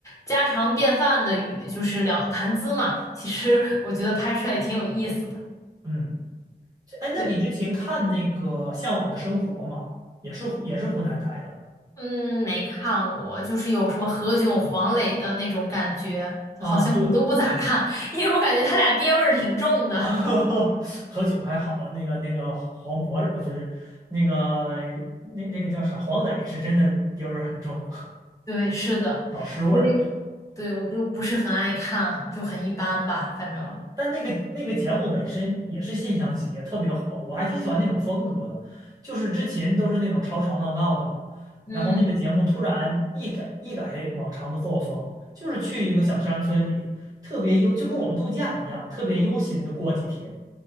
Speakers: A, on the left; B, on the right.
A: 家常便饭的语，就是聊谈资嘛。其实我觉得拍出来也挺有意思的。
B: 嗯，哎，
A: 对，
B: 那你之前看那个《向往的生活》吗？也是湖也是湖南台的
A: 嗯，没看过，就是有什么何炅、黄磊的那种感觉，就好像我都不咋看，
B: 啊，对。
A: 因为我感觉他俩爹味儿挺重的。
B: <laughs> 何炅还好，那个那个黄渤呃不是那个那那个叫啥黄磊是真的爹味儿很重。
A: 对，是的，
B: 老师味儿
A: 所以对我就不是很爱看，就很一般吧，反正，
B: 啊。但那个那个节目本身也是现象级，也特别火，我还挺喜欢那种风格的。就是之前都是那种吵吵闹闹的嘛，
A: 嗯，
B: 然后那个节目突然一改一改往常的作风，就是去一个小山村里，特别悠，就跟我们度假一样，特别悠闲的过几天。